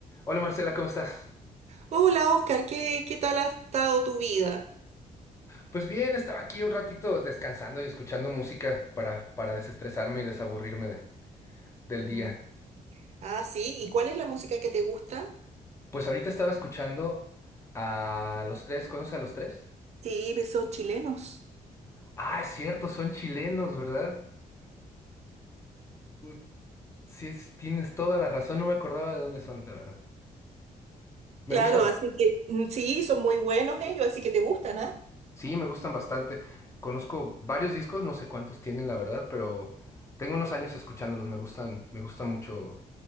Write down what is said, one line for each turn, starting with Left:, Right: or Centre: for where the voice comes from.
Left: Hola Marcela, ¿cómo estás?
Right: Hola Oscar, ¿qué, qué tal ha estado tu vida?
Left: Pues bien, estaba aquí un ratito descansando y escuchando música para, para desestresarme y desaburrirme de- del
Right: Mm,
Left: día.
Right: Ah, sí, ¿y cuál es la música que te gusta?
Left: Pues ahorita estaba escuchando a Los Tres, ¿conoces a Los Tres?
Right: Sí, pues son chilenos.
Left: Ah, es cierto, son chilenos, ¿verdad? Uy, sí, es- tienes toda la razón, no me acordaba de dónde son, la verdad. Me
Right: Claro,
Left: gustan,
Right: así que mm, sí, son muy buenos ellos, así que te gustan, ¿ah?
Left: sí, me gustan bastante. Conozco varios discos, no sé cuántos tienen, la verdad, pero tengo unos años escuchándolos, me gustan, me gustan mucho